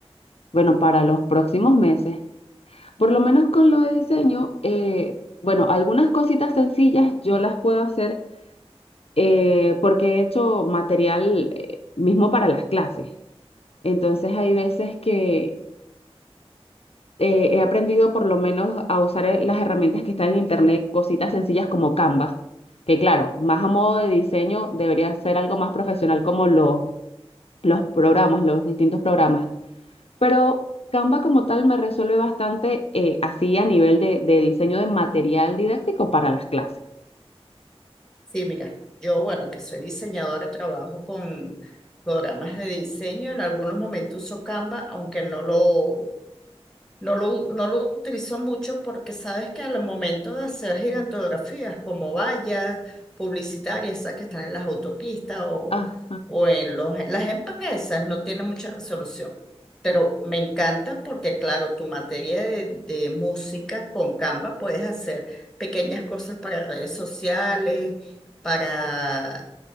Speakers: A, on the left; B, in the centre.
A: bueno, para los próximos meses. Por lo menos con lo de diseño, eh, bueno, algunas cositas sencillas yo las puedo hacer eh, porque he hecho material eh, mismo para las clases. Entonces hay veces que eh, he aprendido por lo menos a usar eh, las herramientas que están en internet, cositas sencillas como Canva, que claro, más a modo de diseño debería ser algo más profesional como los, los programas, los distintos programas Pero Canva como tal me resuelve bastante eh, así a nivel de, de diseño de material didáctico para las clases.
B: Sí, mira, yo, bueno, que soy diseñadora, trabajo con programas de diseño. En algunos momentos uso Canva, aunque no lo, No lo, no lo utilizo mucho porque sabes que al momento de hacer gigantografías como vallas publicitarias, esas que están en las autopistas o,
A: Ajá,
B: o en los, en las empresas, no tiene mucha resolución. Pero me encanta porque, claro, tu materia de, de música con Canva puedes hacer pequeñas cosas para redes sociales, para